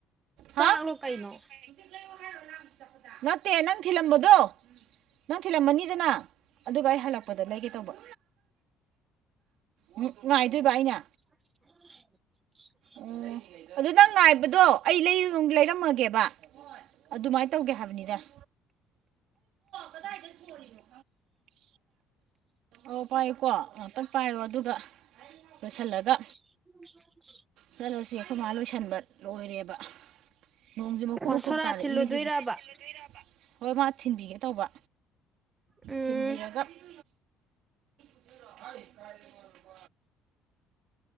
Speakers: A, on the right; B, on the right.
A: ꯆꯥꯛꯂꯣ
B: ꯍꯥ
A: ꯀꯩꯅꯣ
B: <unintelligible> ꯅꯠꯇꯦ ꯅꯪ ꯊꯤꯜꯂꯝꯕꯗꯣ ꯅꯪ ꯊꯤꯜꯂꯝꯃꯅꯤꯗꯅ ꯑꯗꯨꯒꯑꯩ ꯍꯜꯂꯛꯄꯗ ꯂꯩꯒꯤꯇꯧꯕ ꯎꯝ ꯉꯥꯏꯗꯣꯏꯕ ꯑꯩꯅ
A: <inaudible>
B: ꯑꯣ ꯑꯗꯨ ꯅꯪ ꯉꯥꯏꯕꯗꯣ ꯑꯩ ꯂꯩ ꯂꯩꯔꯝꯃꯒꯦꯕ ꯑꯗꯨꯃꯥꯏ ꯇꯧꯒꯦ ꯍꯥꯏꯕꯅꯤꯗ <unintelligible> <unintelligible> ꯖꯒꯥꯗꫭ ꯂꯩ ꯑꯣ ꯄꯥꯏꯌꯨꯀꯣ ꯉꯥꯛꯇꯪ ꯄꯥꯏꯌꯣ ꯑꯗꯨꯒ ꯂꯣꯏꯁꯤꯜꯂꯒ
A: <inaudible>
B: ꯆꯠꯂꯁꯦ ꯑꯩꯈꯣꯏ ꯃꯥ ꯂꯣꯏꯁꯟꯕ ꯂꯣꯏꯔꯦꯕ ꯅꯣꯡꯁꯦ ꯃꯀꯨꯞ
A: ꯑꯣ
B: ꯃꯀꯨꯞ
A: ꯁꯣꯔꯥ
B: ꯇꯥꯔꯛꯏꯅꯦꯁꯤꯕꯨ
A: ꯊꯤꯜꯂꯨꯗꯣꯏꯔꯕ
B: <unintelligible> ꯍꯣꯏ ꯃꯥ ꯊꯤꯟꯕꯤꯒꯦ ꯇꯧꯕ
A: ꯎꯝ
B: ꯊꯤꯟꯕꯤꯔꯒ <unintelligible> ꯑꯗꯨꯗꯦ ꯍꯥꯏ ꯀꯔꯤꯅꯣ <unintelligible>